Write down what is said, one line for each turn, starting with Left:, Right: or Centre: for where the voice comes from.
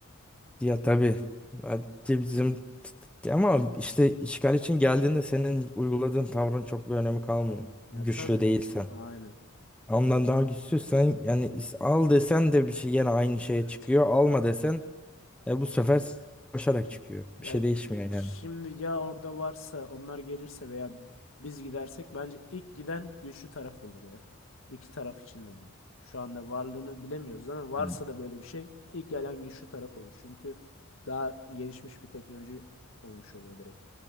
Centre: Ya tabii. Hadi bizim ama işte işgal için geldiğinde senin uyguladığın tavrın çok bir önemi kalmıyor.
Left: Ya
Centre: Güçlü
Left: tabii.
Centre: değilsen.
Left: Aynen.
Centre: Ondan daha güçsüzsen yani is- al desen de bir şey yine aynı şeye
Left: Evet.
Centre: çıkıyor. Alma desen E bu sefer koşarak çıkıyor.
Left: Ya
Centre: Bir şey değişmiyor
Left: şimdi
Centre: yani.
Left: ya orada varsa onlar gelirse veya biz gidersek bence ilk giden güçlü taraf olur ya. İki taraf için de yani. Şu anda varlığını bilemiyoruz ama varsa
Centre: Hı.
Left: da böyle bir şey ilk gelen güçlü taraf olur. Çünkü daha gelişmiş bir teknoloji olmuş oluyor direkt.